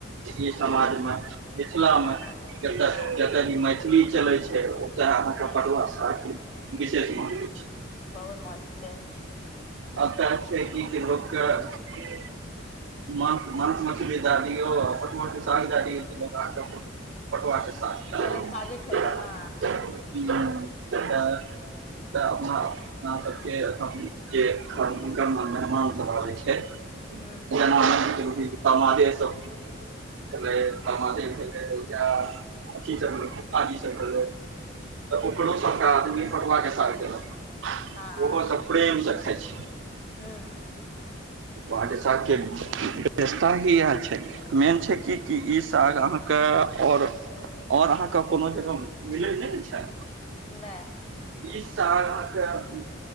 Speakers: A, on the right; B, on the left.
A: ई समाज मे मिथिला मे
B: हँ
A: जेतऽ
B: हँ
A: जे कियाकी मैथिली चलै छै ओतऽ अहाँकेँ
B: हूँ
A: पटुआ सागकेँ विशेष माहत्व छै
B: बहुत महत्व छै
A: आब तहे छी की लोक कऽ माछ मांस मछली द दियो आ पटुआ केँ साग दै दियो तऽ लोक अहाँकेँ तऽ पटुआ केँ साग खैत
B: पहिले
A: हुँ
B: सागे खेतै हँ
A: खैत सबटा अपना हमरा <unintelligible> सबके जे मेहमान सब रहै छै <unintelligible>
B: हूँ हूँ
A: सब <unintelligible> समाने भेलैया अथी सब फुफा जी सब भेलै तऽ ओकरो
B: हूँ
A: सबटा आदमी पटवा केँ साथ देलक
B: हँ
A: ओहो सब प्रेमसँ खाइ छै
B: हूँ हूँ
A: मिथलाकेँ साग केँ <unintelligible> इहै छै तऽ मेन छै कि कि ई साग अहाँकेँ आओर और अहाँकेँ कोनो जगह मिलै नहि छै
B: न।
A: ईस अहाँकेँ